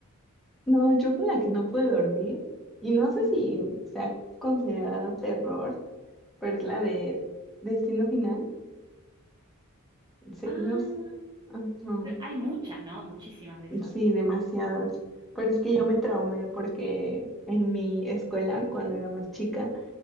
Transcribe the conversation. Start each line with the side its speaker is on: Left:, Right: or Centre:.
Centre: No, yo con la que no pude dormir, y no sé
Right: Mm.
Centre: si sea considerada terror, pero es la de Destino Final. Sí,
Right: Ah,
Centre: no, s- ajá,
Right: pero hay muchas, ¿no? Muchísimas de esas.
Centre: Sí, demasiadas. Pero es que yo me traumé porque en mi escuela, cuando era más chica,